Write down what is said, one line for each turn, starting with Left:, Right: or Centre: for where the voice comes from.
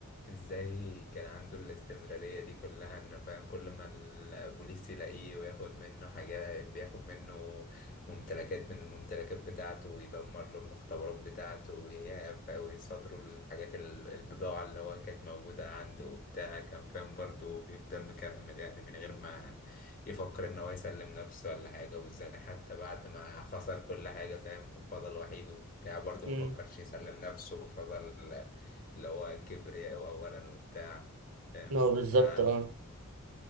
Left: إزاي كان عنده الاستمرارية دي كلها إنه فاهم كل ما البوليس يلاقيه وياخد منه حاجات بياخد منه ممتلكات من الممتلكات بتاعته ويدمر له المختبرات بتاعته ويعرف- ويصادروا الحاجات ال- البضاعة اللي هو كانت موجودة عنده وبتاع كان فاهم برضه بيفضل مكمل يعني من غير ما يفكر ان هو يسلم نفسه ولا حاجة وازاي حتى بعد ما خسر كل حاجة فاهم وفضل وحيد وبتاع برضه
Right: مم.
Left: ما فكرش يسلم نفسه وفضل اللي هو كبرياء اولا وبتاع فاهم
Right: هو بالظبط
Left: انت
Right: أه